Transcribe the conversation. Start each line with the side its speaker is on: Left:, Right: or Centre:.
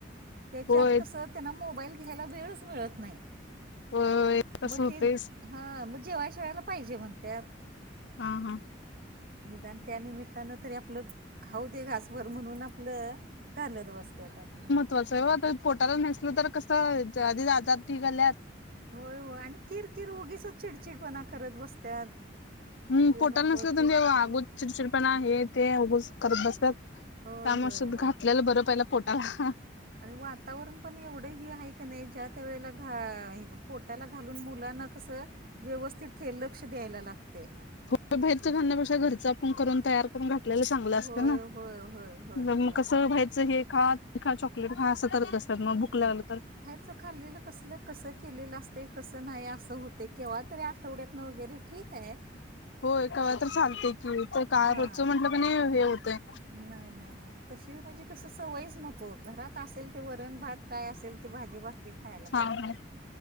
Right: तेच्यात
Left: होय
Right: कस त्यांना मोबाईल घ्यायला वेळच मिळत नाही
Left: होय
Right: म
Left: तसं होतेच
Right: तेच हा म जेवाय त्यावेळेला पाहिजे म्हणत्यात
Left: हा हा
Right: निदान त्यानिमित्त त्यान तरी आपलं खाऊ दे घासभर म्हणून आपलं घालत बसत्यात आपलं
Left: तस वाटलं पोटाला नसल तर कसं आधी आजारी झाल्यास
Right: होय होय आणि किर किर उगीचच चिडचिडपणा करत बसत्यात
Left: हू
Right: हे
Left: पोटाला
Right: नको
Left: नसल
Right: ते
Left: तर तेव्हा आग होते चिडचिडपणा हे ते उगच करत बसतात त्यामुळ
Right: होय होय होय
Left: घातलेल बरं पाहिला पोटाला
Right: आणि वातावरण पण एवढं हे आहे कणी ज्या त्या वेळेला घा पोटाला घालून मुलांना कस व्यवस्थित हे लक्ष द्यायला लागतय
Left: ते बाहेरच घालण्या पेक्षा घरच करून तयार करून घातलेल चांगलं
Right: होय
Left: असतना
Right: होय होय होय
Left: मग
Right: होय
Left: कसं बाहेरच हे खा हे खा चॉकलेट खा असं करत बसतात मग भुक लागल तर
Right: च खाल्लेलं कसल कसं केलेलं असते कसं नाही असं होतय केव्हा तरी आठवड्यात वगैरे ठीक हाय
Left: होय कवा तर चालते की तर काय
Right: हा
Left: रोजच म्हंटलं कणी हे होतंय
Right: नाही नाही नाही तशी म्हणजे कस सवयच नको घरात असेल ते वरण भात काय असेल ते भाजी भाकरी खायला
Left: हा
Right: पाहिजे
Left: हा